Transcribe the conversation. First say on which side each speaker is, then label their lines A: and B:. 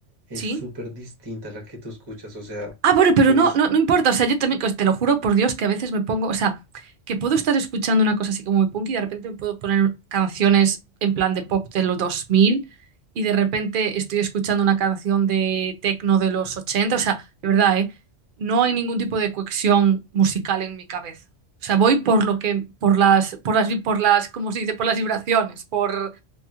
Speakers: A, on the right; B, on the right.
A: es
B: Sí.
A: súper distinta a la que tú escuchas. O sea,
B: Ah, bueno, pero
A: pues
B: no, no, no importa. O sea, yo también, pues, te lo juro por Dios que a veces me pongo, o sea, que puedo estar escuchando una cosa así como muy punk y de repente me puedo poner canciones en plan de pop de los 2000 y de repente estoy escuchando una canción de techno de los 80. O sea, de verdad, ¿eh? No hay ningún tipo de cohesión musical en mi cabeza. O sea, voy por lo que, por las, por las, por las, ¿cómo se dice? Por las vibraciones, por,